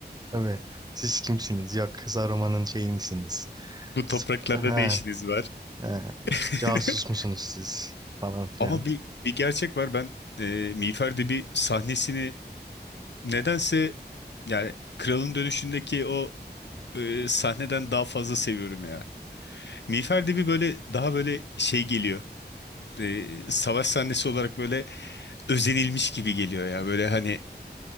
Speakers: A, on the right; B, on the left.
A: Tabii. Siz kimsiniz? Yok Saruman'ın şeyi misiniz?
B: bu
A: Siz-
B: topraklarda
A: Ha,
B: ne işiniz var?
A: ha,
B: <laughs>
A: casus musunuz siz? Falan filan.
B: Ama bir bir gerçek var. Ben e, Miğfer Dibi sahnesini nedense yani Kralın Dönüşü'ndeki o e, sahneden daha fazla seviyorum ya. Miğfer Dibi böyle daha böyle şey geliyor. E, savaş sahnesi olarak böyle özenilmiş gibi geliyor ya. Böyle hani